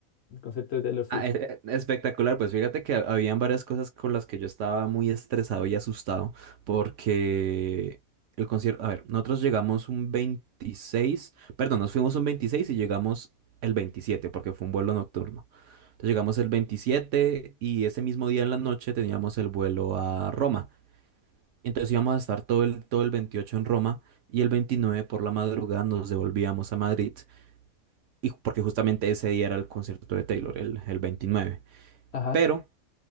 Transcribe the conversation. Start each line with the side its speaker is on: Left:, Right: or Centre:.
Left: El concierto de Taylor Swift.
Right: Ah, e- e- espectacular, pues fíjate que habían varias cosas con las que yo estaba muy estresado y asustado porque el concierto, a ver, nosotros llegamos un 26 perdón, nos fuimos un 26 y llegamos el 27 porque fue un vuelo nocturno. Entonces llegamos el 27 y ese mismo día en la noche teníamos el vuelo a Roma. Entonces íbamos a estar todo el, todo el 28 en Roma y el 29 por la madrugada nos devolvíamos a Madrid y porque justamente ese día era el concierto de Taylor, el, el veintinueve
Left: Ajá.
Right: Pero